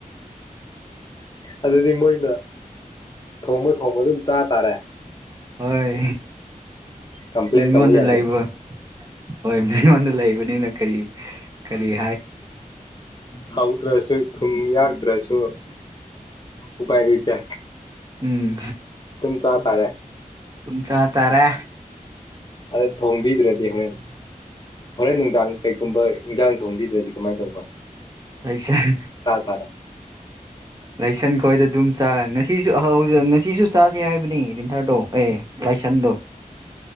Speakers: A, on the left; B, on the right.
A: ꯑꯗꯨꯗꯤ ꯃꯣꯏꯅ ꯊꯣꯡꯕ ꯊꯣꯡꯕ ꯑꯗꯨꯝ ꯆꯥ ꯇꯥꯔꯦ
B: ꯍꯣꯏ
A: ꯀꯝꯄ꯭ꯂꯦꯟ
B: ꯏꯉꯣꯗ
A: ꯇꯧꯕ ꯌꯥꯗꯦ
B: ꯂꯥꯏꯕ ꯍꯣꯏ ꯃꯤꯉꯣꯟꯗ ꯂꯩꯕꯅꯤꯅ ꯀꯔꯤ ꯐꯔꯤꯌꯦ
A: ꯍꯧꯗ꯭ꯔꯁꯨ ꯊꯨꯝ ꯌꯥꯛꯇ꯭ꯔꯁꯨ ꯎꯄꯥꯏ ꯂꯩꯇꯦ
B: ꯎꯝ
A: ꯊꯨꯝ ꯆꯥ ꯇꯥꯔꯦ
B: ꯇꯝ ꯆ ꯇꯔꯦ
A: ꯑꯗ ꯊꯣꯡꯕꯤꯗ꯭ꯔꯗꯤ ꯍꯣꯔꯦꯟ ꯍꯣꯔꯦꯟ ꯅꯨꯡꯗꯥꯡ ꯀꯩꯒꯨꯝꯕ ꯏꯟꯖꯥꯡ ꯊꯣꯡꯕꯤꯗ꯭ꯔꯗꯤ ꯀꯃꯥꯏꯅ ꯇꯧꯅ
B: ꯂꯥꯏꯁꯟ
A: ꯇꯥꯔꯦ
B: ꯂꯥꯏꯁꯟ ꯈꯣꯏꯗ ꯑꯗꯨꯝ ꯆꯥ ꯉꯁꯤꯁꯨ ꯍꯧꯛ ꯉꯁꯤꯁꯨ ꯆꯥꯁꯦ ꯍꯥꯏꯕꯅꯤ ꯂꯤꯟꯊꯔꯗꯣ ꯑꯦ ꯂꯥꯏꯁꯟꯗꯣ